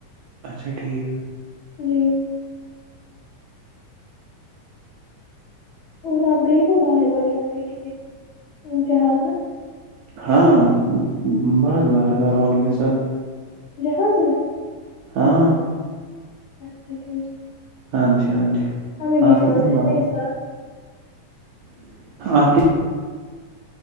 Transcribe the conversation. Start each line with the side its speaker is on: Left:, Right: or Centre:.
Right: اچھا ٹھیک
Left: جی اور آپ گئے ہو باہر وغیرہ پہ کسی بھی جہاز
Right: ہاں بہت بار گھر والوں کے ساتھ
Left: جہاز میں
Right: ہاں
Left: اچھا ٹھیک
Right: ہاں جی ہاں جی
Left: ہمیں بھی
Right: آپ
Left: جانا
Right: کتنی
Left: ہے
Right: بار
Left: نا اس
Right: آپ کی